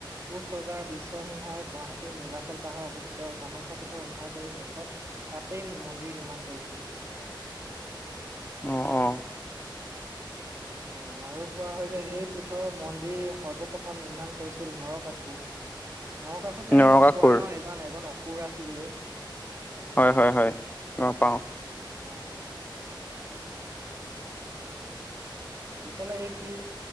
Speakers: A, on the right; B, on the left.
A: কোচ ৰজাৰ, বিশ্বসিংহই গুৱাহাটীৰ নীলাচল পাহাৰৰ অৱস্থিত কামাখ্যা পীঠৰ উদ্ধাৰ কৰি শেষত তাতে, মন্দিৰ নিৰ্মাণ কৰিছিল।
B: অ', অ',
A: অ', আৰু কোৱা হয়, যে সেই পীঠৰ মন্দিৰ সৰ্বপ্ৰথম নিৰ্মাণ কৰিছিল নৰকাকু নৰকাসোকো চাগে
B: নৰকাসুৰ
A: গম পোৱা ন, এজনান এজন অসুৰ আছিল যে
B: হয়, হয়, হয়, গম পাওঁ।
A: অ পিছালে এই প